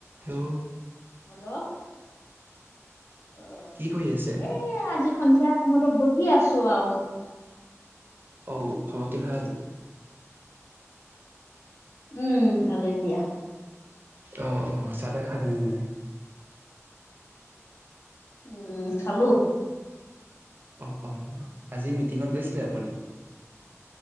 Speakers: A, on the right (about 40°); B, on the left (about 55°).
A: হেল্ল।
B: হেল্ল'। অ',
A: কি কৰি আছে?
B: এ আজি সন্ধিয়া সময়তে বহি আছো আৰু।
A: অঔ খবৰটো ভাল?
B: উম ভালেই দিয়া।
A: অ অ চাদা খােলেনে নাই?
B: উম খালো।
A: অ অ আজি মিটিঙত গৈছিলে আপুনি?